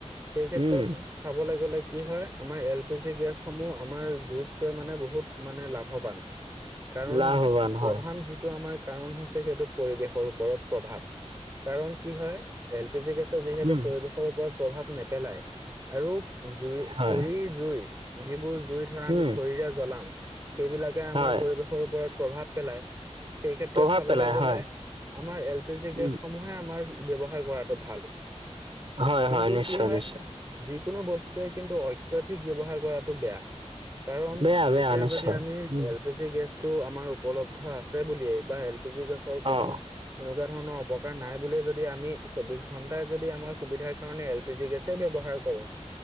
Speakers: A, on the right; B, on the right.
A: সেই ক্ষেত্ৰত
B: উম,
A: চাবলৈ গ'লে কি হয় আমাৰ এল পি জি গেছসমূহ আমাৰ জুইতকৈ মানে বহুত মানে লাভৱান।
B: <inaudible>
A: কাৰণ
B: লাভৱান হয়,
A: প্ৰধান যিটো আমাৰ কাৰণ হৈছে সেইটো পৰিৱেশৰ ওপৰত প্ৰভাৱ। কাৰণ কি হয় এল পি জি গেছেৰ যিহেতু
B: উম,
A: পৰিৱেশৰ ওপৰত প্ৰভাৱ নেপেলায় আৰু জুই
B: হয়,
A: খৰি জুই যিবোৰ জুই ধৰা আমি
B: উম,
A: খৰিৰে জ্বলাও সেইবিলাকে আমাৰ
B: হয়,
A: পৰিৱেশৰ ওপৰত প্ৰভাৱ পেলায়। সেই ক্ষেত্ৰত
B: প্ৰভাৱ
A: চাবলৈ
B: পেলাই
A: গ'লে
B: হয়,
A: আমাৰ এল পি জি গেছসমূহে
B: উম,
A: আমাৰ ব্যৱহাৰ কৰাটো ভাল
B: হয়,
A: কিন্তু
B: হয়, নিশ্চয়,
A: কি হয়
B: নিশ্চয়,
A: যিকোনো বস্তুৱে কিন্তু অত্যাধিক ব্যৱহাৰ কৰাটো বেয়া। কাৰণ
B: বেয়া, বেয়া
A: এতিয়া
B: নিশ্চয়,
A: যদি আমি
B: উম,
A: এল পি জি গেছটো আমাৰ উপলব্ধ আছে বুলিয়েই বা এল পি জি গেছৰ কোনো
B: অ',
A: এনেকুৱা ধৰণৰ অপকাৰ নাই বুলি যদি আমি চৌবিশ ঘন্টাই যদি আমাৰ সুবিধাৰ কাৰণে এল পি জি গেছে ব্যৱহাৰ কৰে,